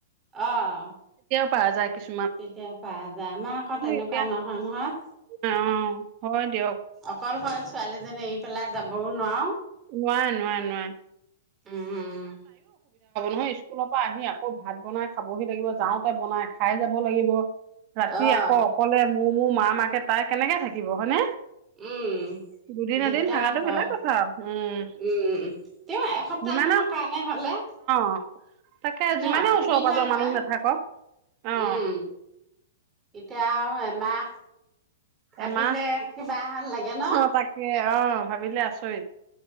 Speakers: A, on the right; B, on the right.
A: অঁ,
B: পোৱা যায় কিছু
A: তেতিয়া পাৰা যায় আমা আকৌ তেনেকুৱা
B: এতিয়া
A: নহয় নহয়
B: অ হয় দিয়ক
A: অকল সৰে ছোৱালীজনী এৰি পেলাই যাবও নোৱাৰ।
B: নোৱাৰে নোৱাৰে নোৱাৰে।
A: উম উম
B: মই স্কুলৰ পৰা আহি আকৌ ভাত বনাই খাবহি লাগিব যাওঁতে বনাই খাই যাব লাগিব। ৰাতি
A: অ
B: আকৌ অকলে। মো মো মা মাকে তাই কেনেকে থাকিব হয়নে।
A: উম
B: দুদিন
A: দিগদাৰ
B: এদিন থকাটো
A: হয়,
B: বেলেগ কথা উম
A: উম তেওঁ এসপ্তাহ
B: যিমানে
A: মানৰ কাৰনে হ'লে।
B: অ'। তাকে
A: ন'
B: যিমানে
A: সুবিধা
B: ওচৰ পাজৰ
A: হয়,
B: মানুহ নাথাকক অ
A: উম এতিয়া আৰু এমাহ ভাবিলে
B: এমাহ
A: কিবাহে লাগে ন'
B: অ তাকে অ ভাবিলে আচৰিত